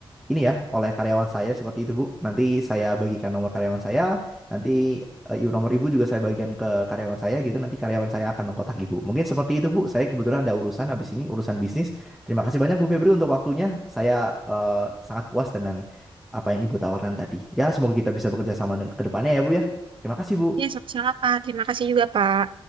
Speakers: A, in the centre; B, on the right.
A: ini ya, oleh karyawan saya seperti itu, Bu. Nanti saya bagikan nomor karyawan saya, nanti eh, ibu- nomor Ibu juga saya bagikan ke karyawan saya gitu. Nanti karyawan saya akan mengkontak Ibu. Mungkin seperti itu, Bu. Saya kebetulan ada urusan habis ini, urusan bisnis. Terima kasih banyak Bu Febri untuk waktunya. Saya eh, sangat puas dengan apa yang Ibu tawarkan tadi. Ya, semoga kita bisa bekerja sama dengan- ke depannya ya, Bu ya. Terima kasih, Bu.
B: Ya, sama-sama Pak. Terima kasih juga Pak.